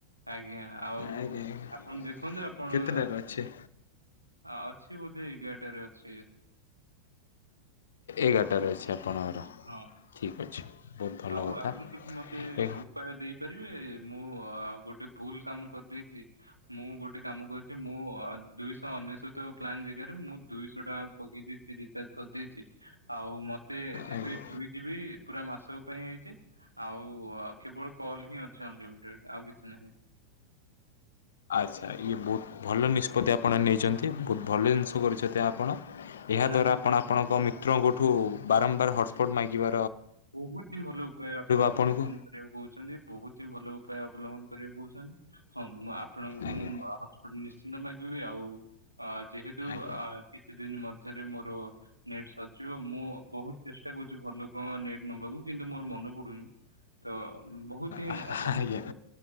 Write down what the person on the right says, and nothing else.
ଆଜ୍ଞା ଆଉ
ଆପଣ ଦେଖନ୍ତୁ ଆପଣ
ଅଛି ବୋଧି ଏଗାରାଟାରେ ଅଛି।
ହଁ।
ଆଉ
ଆପଣ ଯଦି ମତେ
ଉପାୟ ଦେଇପାରିବେ ମୁଁ ଗୋଟେ ଭୁଲ୍ କାମ କରିଦେଇଛି ମୁଁ ଗୋଟେ କାମ କରୁଛି ମୁଁ ଦୁଇଶହ ଅନେଶତ ପ୍ଲାନ୍ ବେକାରେ ମୁଁ ଦୁଇଶହ ଟଙ୍କା ପକେଇଦେଇଛି ରିଚାର୍ଜ କରିଦେଇଚି। ଆଉ ମତେ ଏବେ
ଦୁଇ ଯିବି ପୁରା ମାସକ ପାଇଁ ହେଇଛି ଆଉ କେବଳ କଲ୍ ହିଁ ଅଛନ୍ତି ଅନଲିମିଟେଡ୍ ଆଉ କିଛି ନାହିଁ।
ନା
ମୋର
ବହୁତି ହିଁ ଭଲ ଉପାୟ ଆପଣ
ଅବଲମ୍ବନ କରିବାକୁ କହୁଛନ୍ତି ବହୁତି ହିଁ ଭଲ ଉପାୟ ଅବଲମ୍ବନ କରିବାକୁ କହୁଛନ୍ତି। ହଁ ମୁଁ ଆପଣଙ୍କୁ
ମୁଁ ହଟସ୍ପଟ୍ ନିଶ୍ଚିନ୍ତ ମାଗିବି ଆଉ ଆ ଯେହେତୁ
ଆ କିଛିଦିନ ମ ମଧ୍ୟରେ ମୋର ନେଟ୍ ସରିଯିବ ମୁଁ ବହୁତ୍ ଚେଷ୍ଟା କରୁଛି ଘର ଲୋକ ନେଟ୍ ନବାକୁ କିନ୍ତୁ ମୋର ମନେ ପଡୁନି ତ ବହୁତ ହିଁ
ଧନ୍ୟବାଦ